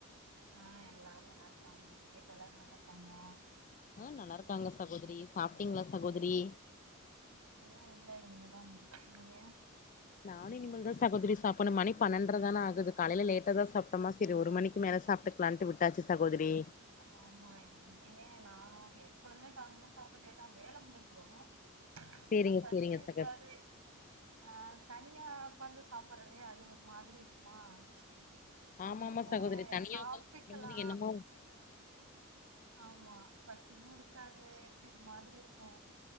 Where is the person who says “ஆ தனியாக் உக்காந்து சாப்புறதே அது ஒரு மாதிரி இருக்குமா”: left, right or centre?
Right